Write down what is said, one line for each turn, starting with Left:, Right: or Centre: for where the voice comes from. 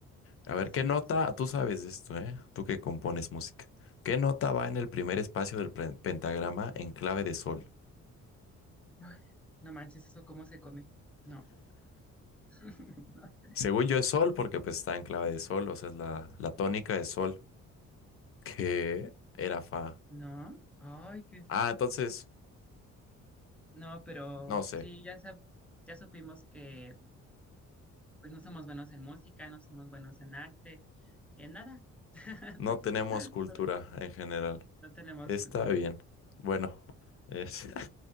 Left: A ver,
Centre: Así
Left: ¿qué nota?
Centre: es.
Left: Tú sabes de esto, ¿eh? Tú que compones música. ¿Qué nota va en el primer espacio del pre- pentagrama en clave de sol?
Centre: Ay, no manches, ¿eso cómo se come? No. <laughs>
Left: Según yo es sol, porque pues está en clave de sol, o sea, es la, la tónica de sol, que era fa.
Centre: ¿No? Ay, qué...
Left: Ah, entonces,
Centre: No, pero
Left: no sé,
Centre: sí, ya, sab- ya supimos que pues no somos buenos en música, no somos buenos en arte, en nada. <laughs>
Left: no
Centre: No,
Left: tenemos cultura
Centre: no
Left: en general.
Centre: no tenemos
Left: Está
Centre: cultura.
Left: bien. Bueno, es...